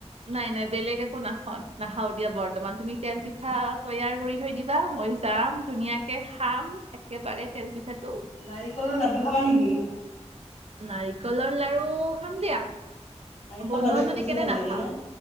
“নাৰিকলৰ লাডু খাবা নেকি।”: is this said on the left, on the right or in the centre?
Left